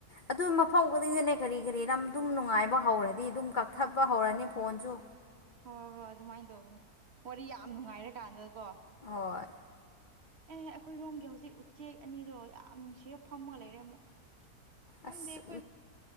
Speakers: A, on the left; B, on the right.
A: ꯑꯗꯨ ꯃꯐꯝ ꯈꯨꯗꯤꯡꯗꯅꯦ ꯀꯔꯤ ꯀꯔꯤ ꯌꯥꯝ ꯑꯗꯨꯝ ꯅꯨꯡꯉꯥꯏꯕ ꯍꯧꯔꯗꯤ ꯑꯗꯨꯝ ꯀꯛꯊꯠꯄ ꯍꯧꯔꯅꯤ ꯐꯣꯟꯁꯨ
B: ꯍꯣꯏ ꯍꯣꯏ ꯑꯗꯨꯃꯥꯏꯅ ꯇꯧꯕꯅꯦ ꯋꯥꯔꯤ ꯌꯥꯝ ꯅꯨꯡꯉꯥꯏꯔꯀꯥꯟꯗꯀꯣ
A: ꯍꯣꯏ
B: ꯑꯦꯍ ꯑꯩꯈꯣꯏꯔꯣꯝꯒꯤ ꯍꯧꯖꯤꯛ ꯎꯆꯦꯛ ꯑꯅꯤꯗꯣ ꯌꯥꯝ ꯅꯨꯡꯁꯤꯔ ꯐꯝꯃꯒ ꯂꯩꯔꯦ ꯑꯃꯨꯛ
A: ꯑꯁ
B: ꯑ ꯗꯣꯏ